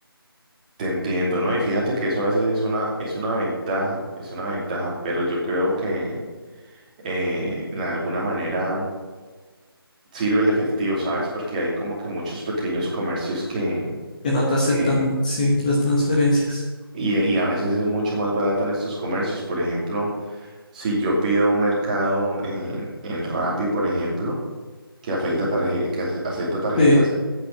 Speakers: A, on the right (about 20°); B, on the left (about 20°).
A: Te entiendo, ¿no? Y fíjate que eso a veces es una, es una ventaja, es una ventaja, pero yo creo que eh, de alguna manera sirve el efectivo, ¿sabes? Porque hay como que muchos pequeños comercios que...
B: que no te aceptan,
A: eh,
B: sí, las transferencias.
A: y, y a veces es mucho más barato en estos comercios. Por ejemplo, si yo pido un mercado en, en Rappi, por ejemplo, que afecta tarje- que ace- acepta tarjetas,
B: Sí.